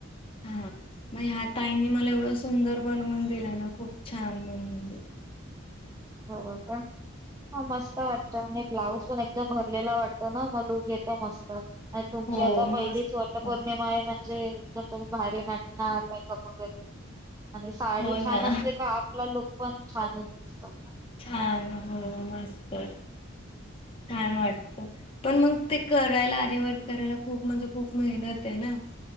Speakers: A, on the left; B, on the right.
A: हा मग ह्या ताईंनी मला एवढं सुंदर बनवून दिलं ना खूप छान बनवून दिलं.
B: हो हो का, हा मस्त वाटतं आणि ब्लाउज पण एकदम भरलेला वाटतो ना मग लूक येतो मस्त. तुमची
A: हो
B: आता पहिलीच
A: मस्त
B: वट
A: हो.
B: पौर्णिमा आहे म्हणजे तुम्ही भारी नटणार मेकअप वगैरे आणि साडी
A: हो
B: छान
A: ना
B: असली का आपला लुक पण छानच दिसतो.
A: छान हो मस्तच. छान वाटतं पण मग ते करायला आरिवर्क करायला खूप म्हणजे खूप मेहनत आहे- - ना?